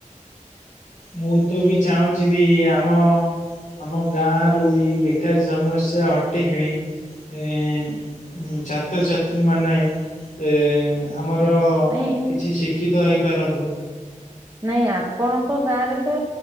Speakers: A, on the left (about 60°); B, on the right (about 25°).
A: ମୁଁ ତ ବି ଚାହୁଁଛି ବି ଆମ ଆମ ଗାଁ ରୁ ବି ବେକାରୀ ସମସ୍ୟା ହଟିକିଣି ଏଁ ଛାତ୍ରଛାତ୍ରୀମାନେ ଏ ଆମର
B: ନାଇଁ
A: କିଛି ଶିକ୍ଷିତ ହେଇପାରନ୍ତୁ।
B: ନାଇଁ ଆପଣଙ୍କ ଗାଁ ରେ ତ